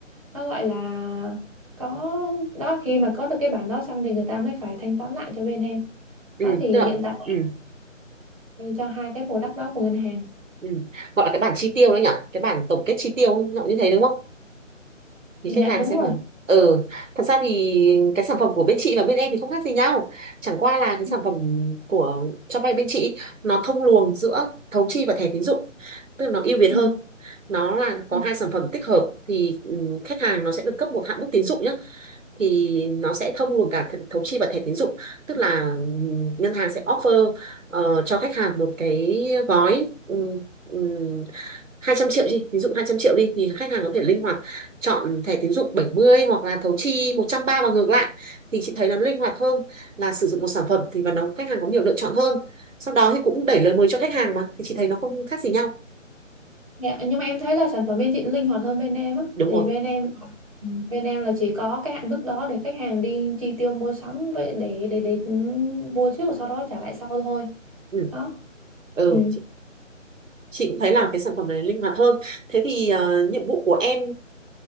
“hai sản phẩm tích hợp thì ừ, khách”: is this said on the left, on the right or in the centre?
Right